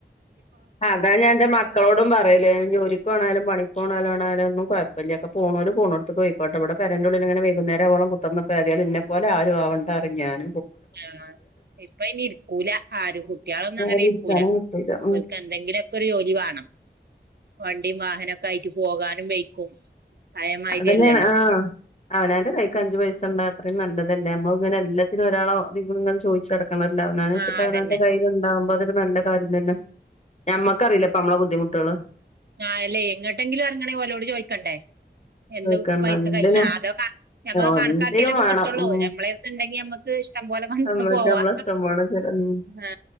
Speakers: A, on the left; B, on the right.
A: അതാ ഞാന്റെ മക്കളോടും പറയല് ജോലിക്കോണേരം പണി പോണോലണേലൊന്നും കുഴപ്പല്ല ഒക്കെ പോണോല് പോണോടുത്ത്ക്ക് പൊയിക്കോട്ടെ ഇവ്ടെ പെരൻ്റുള്ളിലിങ്ങനെ വൈകുന്നേരാവോളം കുത്ത്രന്ന് പ്പേതായാലും ഇന്നെ പോലെ ആരു ആവണ്ടാറി ഞാൻ.
B: ആ ഇപ്പൊ അയിനിരിക്കൂല ആരും കുട്ട്യാളൊന്നും അങ്ങനെ
A: ആരിം
B: ഇരിക്കൂല.
A: ഇരിക്കാനും കിട്ടൂല ഉം
B: ഓല്ക്കെന്തെങ്കിലൊ ക്കൊരു ജോലി വാണം വണ്ടിം വാഹനൊക്കായിട്ട് പോകാനും വെയ്ക്കും. പഴയമാതിരി
A: അതന്നെയാ
B: അല്ലല്ലോ
A: ആ അവനാൻ്റെ കൈക്ക് അഞ്ചു പൈസ ണ്ടാക്കുണത് നല്ലത് ലെമ്മളങ്ങനെ എല്ലാത്തിനും ഒരാളെങ്ങനെ ചോയ്ച്ചടക്കണല്ലോ അവന്നന്
B: ആഹ്
A: ച്ച് അവനാൻ്റെ
B: അതന്നെ
A: കയ്യിലുണ്ടാകുംബം അത് നല്ല കാര്യം തന്നെ ഞമ്മക്കറിയില്ലേ ഇപ്പ നമ്മളെ ബുദ്ധിമുട്ടുകള്
B: ആ അല്ലേ എങ്ങോട്ടെങ്കിലും എറങ്ങണെൽ ഓരോട് ചോയ്ക്കണ്ടേ എന്ത്
A: കേക്കണ്ട
B: പൈസ
A: എന്തിനും
B: കഴിഞ്ഞോ അതോ ഞമ്മക്ക്
A: ഒന്നിനും
B: കണക്കാക്കിയേ ഇപ്പൊ
A: വേണം
B: കിട്ടുള്ളൂ
A: ഉം
B: മ്മളെടുത്ത് ഉണ്ടെങ്കി നമ്മുക്ക് ഇഷ്ടം പോലെ വന്നക്ക
A: നമ്മക്ക്
B: പോവാ
A: നമ്മളെ ഇഷ്ടം പോലെ ചെല ഉം
B: ആ